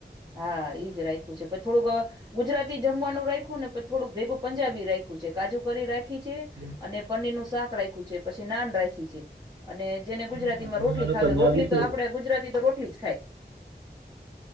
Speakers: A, on the right; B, on the right.
A: હા ઈજ રાખ્યું છે પછ થોડુંક અ ગુજરાતી જમવાનું રાઇખ્યું ને થોડું ભેગું પંજાબી રાઇખ્યું છે કાજુ કરી રાઇ ખી છે
B: કેમ
A: અને પનીર નું શ શાક રાખ્યું છે પછી ને નાન રાઇખી છે. અને જેને
B: કેમ
A: ગુજરાતી
B: સામને
A: માં રોટલી
B: વાળો
A: ખાવી
B: પંજાબી
A: રોટલી તો
B: છે
A: આપડે ગુજરાતી તો રોટલી જ ખાય.